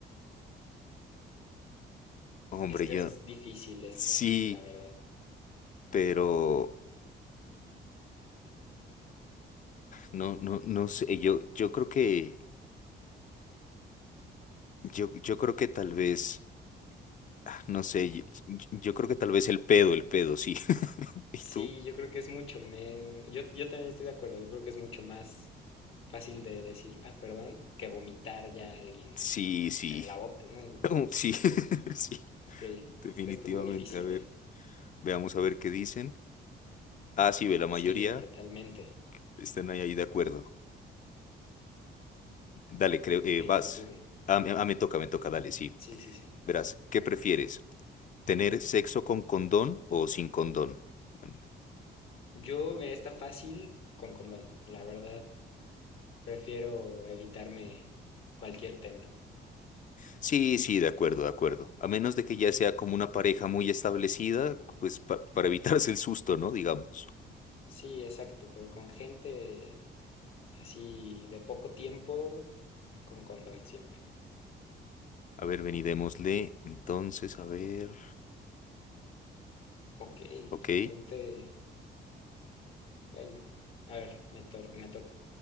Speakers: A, on the left; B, on the left.
A: hombre,
B: Es que
A: yo
B: es difícil esta,
A: sí,
B: la verdad.
A: pero no, no, no sé, yo, yo creo que... Yo, yo creo que tal vez, ah, no sé, yo, yo creo que tal vez el pedo, el pedo, sí. <laughs> ¿Y
B: Sí,
A: tú?
B: yo creo que es mucho me... Yo, yo también estoy de acuerdo, yo creo que es mucho más fácil de decir, ah, perdón, que vomitar ya a alguien
A: Sí, sí.
B: en la boca, ¿no?
A: <laughs> Sí, <laughs> sí,
B: Ok,
A: definitivamente.
B: este estuvo difícil,
A: A ver,
B: ¿eh?
A: veamos a ver qué dicen. Ah, sí, ve, la mayoría
B: Sí, totalmente.
A: están ahí, ahí de acuerdo. Dale, creo, eh,
B: Ok,
A: vas.
B: tu turno.
A: Ah, me ah, me toca, me toca, dale, sí.
B: Sí, sí, sí.
A: Verás, ¿qué prefieres? ¿Tener sexo con condón o sin condón? Bueno,
B: Yo, mira, está fácil con condón. La verdad, prefiero evitarme cualquier tema.
A: Sí, sí, de acuerdo, de acuerdo. A menos de que ya sea como una pareja muy establecida, pues pa- para evitarse el susto, ¿no? Digamos.
B: Sí, exacto, pero con gente así de poco tiempo, con condón siempre.
A: A ver, vení, démosle. Entonces, a ver.
B: Ok,
A: Ok.
B: la gente... Bueno, a ver, me, tor- me toca.